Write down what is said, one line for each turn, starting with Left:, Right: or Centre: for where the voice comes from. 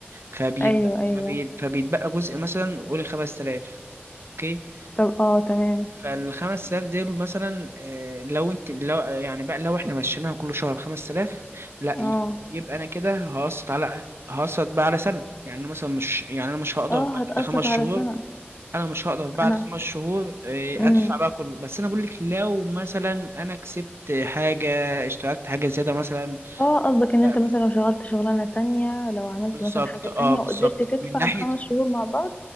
Right: فبيتبقى
Left: ايوه ايوه
Right: فبي- فبيتبقى جزء مثلا قول 5000 اوكي
Left: طب اه تمام
Right: فالخمس تلاف دول مثلا آه، لو انت لو يعني بقى لو احنا مشيناها كل شهر 5000 لا
Left: اه
Right: ي- يبقى انا كده هقسط على هقسط بقى على سنة يعني أنا مثلا مش يعني انا مش هقدر
Left: اه
Right: بعد
Left: هتقسط
Right: خمس شهور
Left: على سنة
Right: انا مش هقدر بعد
Left: انا
Right: خمس شهور آه،
Left: امم
Right: ادفع بقى كله بس انا بقول لك لو مثلا انا كسبت حاجة اشتغلت حاجة زيادة مثلا
Left: اه قصدك ان
Right: لا
Left: انت
Right: بقى.
Left: مثلا لو شغلت شغلانة تانية لو عملت
Right: بالظبط
Left: مثلا حاجة
Right: اه
Left: تانية
Right: بالظبط
Left: وقدرت تدفع
Right: من ناحية
Left: الخمس شهور مع بعض